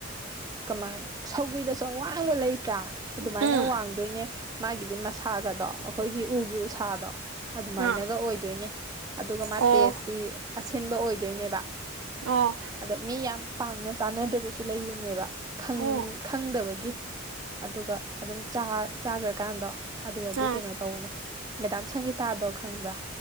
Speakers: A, on the right; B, on the right.
A: ꯀꯃꯥꯏ ꯁꯧꯒ꯭ꯔꯤꯗꯁꯨ ꯑꯋꯥꯡꯕ ꯂꯩꯇ꯭ꯔꯥ ꯑꯗꯨꯃꯥꯏꯅ
B: ꯎꯝ
A: ꯋꯥꯡꯗꯣꯏꯅꯦ ꯃꯥꯒꯤꯗꯤ ꯃꯁꯥꯒꯗꯣ ꯑꯩꯈꯣꯏꯒꯤ ꯎꯒꯤ ꯎꯁꯥꯗꯣ ꯑꯗꯨꯃꯥꯏꯅꯒ
B: ꯑꯥ
A: ꯑꯣꯏꯗꯣꯏꯅꯦ ꯑꯗꯨꯒ ꯃꯥ
B: ꯑꯣ
A: ꯇꯦꯁꯇꯤ ꯈꯟꯕ ꯑꯣꯏꯗꯣꯏꯅꯦꯕ
B: ꯑꯣ
A: ꯑꯗ ꯃꯤ ꯌꯥꯝ ꯄꯥꯡꯅ ꯆꯥꯅꯗꯕꯁꯨ ꯂꯩꯕꯅꯦꯕ
B: ꯎꯝ
A: ꯈꯪꯗꯕꯒꯤ ꯑꯗꯨꯒ ꯑꯗꯨꯝ ꯆꯥꯈ꯭ꯔꯀꯥꯟꯗꯣ ꯑꯗꯨꯗꯗꯤ
B: ꯑꯥ
A: ꯀꯩꯅꯣ ꯇꯧꯕꯅꯦ ꯃꯦꯗꯥꯝ ꯁꯪꯒꯤꯇꯥꯗꯣ ꯈꯪꯕ꯭ꯔꯥ